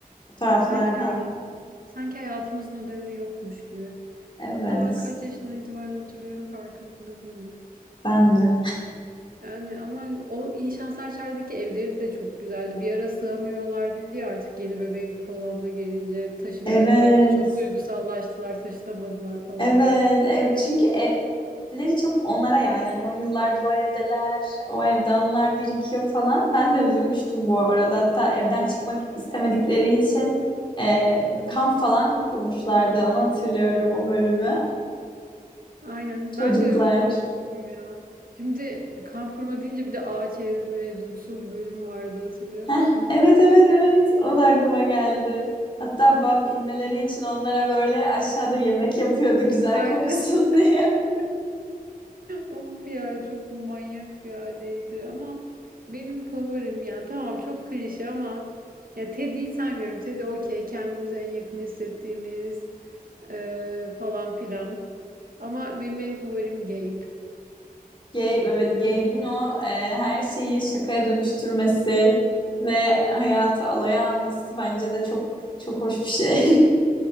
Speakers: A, on the left (about 35°); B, on the right (about 70°).
A: fotoğraflardan.
B: Sanki, hayat, sanki hayatımızın ödemi yokmuş gibi.
A: Evet
B: Hatta ben kaç yaşından itibaren hatırlıyorum farkında değilim.
A: ben de.
B: Yani ama o iyi Şanslar Çay'daki evleri de çok güzeldi. Bir ara sığamıyorlardı diye artık yeni bebek falan da gelince taşınacaklardı.
A: Evet.
B: Çok duygusallaştılar, taşınamadılar falan.
A: Evet, ev çünkü evleri çok onlara ya yani o yıllardır o evdeler, o evde anılar birikiyor falan. Ben de üzülmüştüm bu arada. Hatta evden çıkmak istemedikleri için e,
B: Hı
A: kamp
B: hı.
A: falan kurmuşlardı. Onu hatırlıyorum o bölümü.
B: Aynen
A: Çocuklar.
B: ben de üzülmüştüm ya. Şimdi kamp kurma deyince bir de ağaç ev mevzusu bir bölüm vardı hatırlıyor
A: Heh,
B: musun?
A: evet evet evet. O da aklıma geldi. Hatta Bab inmeleri için onlara böyle aşağıda yemek yapıyordu güzel
B: Aynen.
A: kokusun
B: <laughs>
A: <laughs> diye.
B: Of ya çok manyak bir aileydi ama benim favorim yani tamam çok klişe ama ya Teddy'yi saymıyorum. Teddy okey kendimize en yakın hissettiğimiz eee, falan filan. Ama benim en favorim Gabe.
A: Gabe, evet Gabe'in o e, her şeyi şakaya dönüştürmesi ve hayatı alaya alması bence de çok çok hoş bir şey. <laughs>